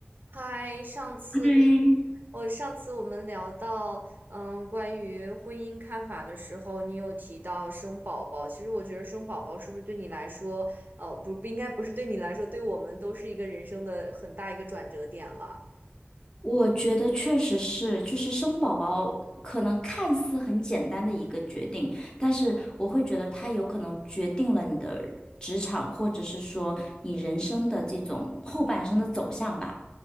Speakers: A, on the right; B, on the left.
A: 嗨，上次
B: 嗯，
A: 我上次我们聊到，嗯，关于婚姻看法的时候，你有提到生宝宝。其实我觉得生宝宝是不是对你来说，呃，不，不应该不是对你来说，对我们都是一个人生的很大一个转折点了。
B: 我觉得确实是，就是生宝宝可能看似很简单的一个决定，但是我会觉得它有可能决定了你的职场，或者是说你人生的这种后半生的走向吧。